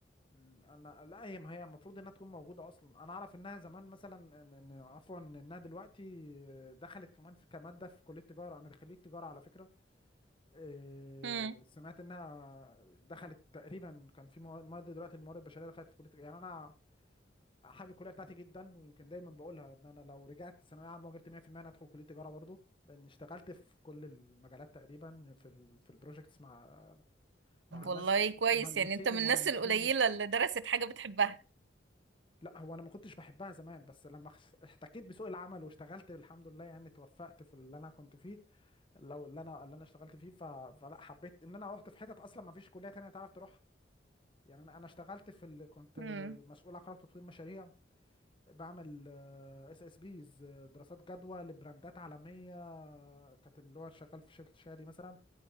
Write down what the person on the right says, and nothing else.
<laughs> مم.
طب والله
كويس
يعني انت من
الناس القليلة اللي درست حاجة بتحبها
امم